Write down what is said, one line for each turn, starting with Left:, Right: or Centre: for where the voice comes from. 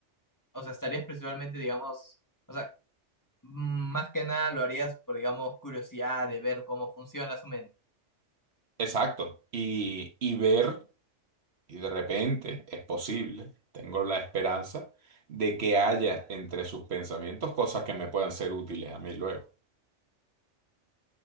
Left: O sea, estarías principalmente, digamos, o sea, mm, más que nada lo harías por, digamos, curiosidad de ver cómo funciona su mente.
Right: Exacto. Y, y ver, y de repente es posible, tengo la esperanza de que haya entre sus pensamientos cosas que me puedan ser útiles a mí luego.